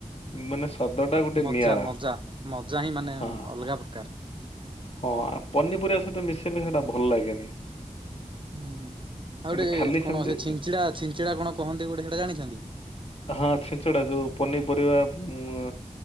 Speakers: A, on the left; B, on the right.
A: ମାନେ ସ ଶବ୍ଦ ଟା ଗୋଟେ
B: ମଜା
A: ନିଆରା
B: ମଜା ମଜା ହିଁ ମାନେ
A: ହଁ ହଁ।
B: ଅଲଗା ପ୍ରକାର
A: ହଁ ପନିପରିବା ସହିତ ମିଶିଲେ ସେଇଟା ଭଲ ଲାଗେନି।
B: ହୁଁ ହୁଁ
A: କିନ୍ତୁ
B: ଆଉ ଗୋଟେ
A: ଖାଲି
B: କଣ
A: ସେମିତି
B: ସେ ଛିଞ୍ଚିଡା ଛିଞ୍ଚିଡା କଣ କହନ୍ତି ଗୋଟେ ସେଇଟା ଜାଣିଛନ୍ତି?
A: ହଁ ଛିଞ୍ଚଡ଼ା ଯୋଉ ପନିପରିବା ବୁ ଅ